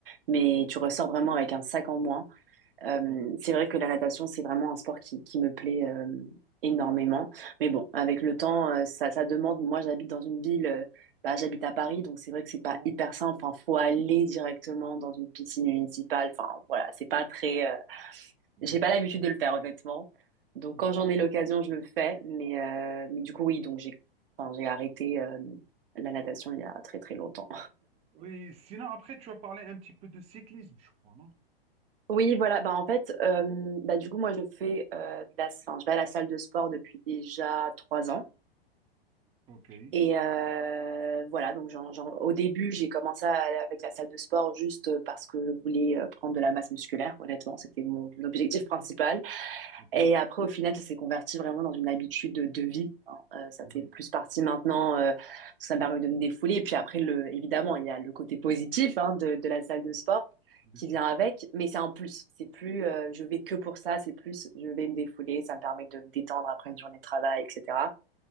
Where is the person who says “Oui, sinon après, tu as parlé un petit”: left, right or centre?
Right